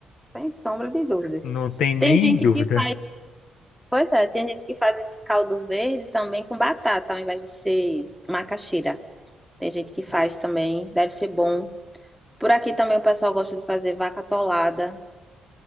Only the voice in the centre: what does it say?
Sem sombra de dúvidas.
Tem gente
que faz, pois é, tem gente que faz esse caldo verde também com batata, ao invés de ser macaxeira. Tem gente que faz também, deve ser bom Por aqui também o pessoal gosta de fazer vaca atolada.